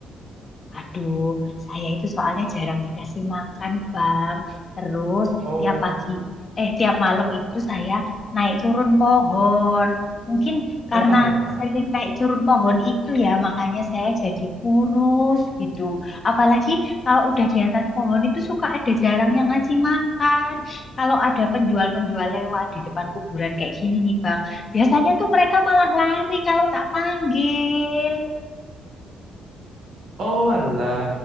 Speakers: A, on the left (about 40°); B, on the right (about 65°).
A: Aduh, saya itu soalnya jarang dikasih makan, Bang. Terus
B: Oh,
A: tiap pagi, eh tiap malam itu saya naik turun pohon. Mungkin karena
B: oh alah.
A: sering naik turun pohon itu ya, makanya saya jadi kurus gitu. Apalagi kalau udah di atas pohon itu suka ada jarang yang ngasih makan. Kalau ada penjual-penjual lewat di depan kuburan kayak gini nih, Bang. Biasanya tuh mereka malah lari kalau tak panggil.
B: Oh alah,